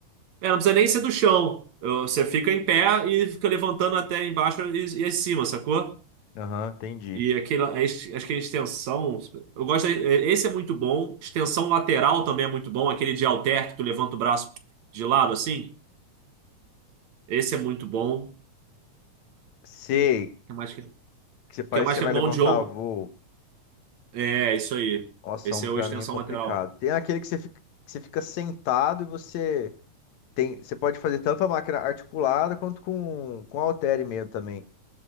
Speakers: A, on the right; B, on the left.
A: É, não precisa nem ser do chão. Eu- Você fica em pé e fica levantando até embaixo e, e acima, sacou?
B: Aham, entendi.
A: E aquele, acho que a extensão. Eu gosto. da- Esse é muito bom. Extensão lateral também é muito bom. Aquele de halter que tu levanta o braço de lado assim. Esse é muito bom. O
B: Sei
A: que mais que, o
B: que você parece
A: que mais
B: que você
A: que
B: vai
A: é mão
B: levantar
A: de ombro?
B: voo.
A: É, isso aí.
B: Nossa,
A: Esse
B: ombro
A: é o
B: pra
A: extensão
B: mim é complicado.
A: lateral.
B: Tem aquele que você fica, que você fica sentado e você tem, você pode fazer tanto a máquina articulada quanto com com halter mesmo também.